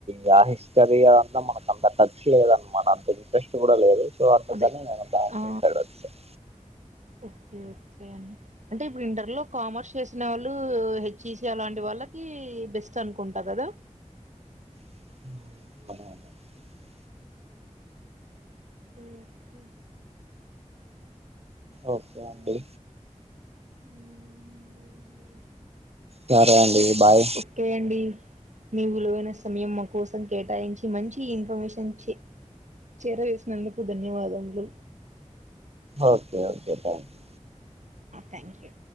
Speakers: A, on the right (about 55°); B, on the right (about 70°).
A: రా <unintelligible> సదిగాదంతా మనకు అంత ఖర్చు లేదనమాట అంత ఇంట్రెస్ట్ కూడా లేదు నే
B: అదే
A: బ్యాంకింగ్
B: ఆ
A: కతే <unintelligible>
B: ఓకే ఓకే అండి అంటే ఇప్పుడు ఇంటర్ లో కామర్స్ చేసిన వాళ్ళు హెచ్ఈసి అలాంటి వాళ్ళకి బెస్ట్ అనుకుంటా కదా
A: అదద <unintelligible>
B: ఓకే
A: ఓకే అండి
B: మ్మ్.
A: సరే అండి బాయ్
B: ఓకే అండి మీ విలువైన సమయం మా కోసం కేటాయించి మంచి ఇన్ఫర్మేషన్ చే చేరవేసినందుకు ధన్యవాదములు
A: okay okay thank you
B: thank you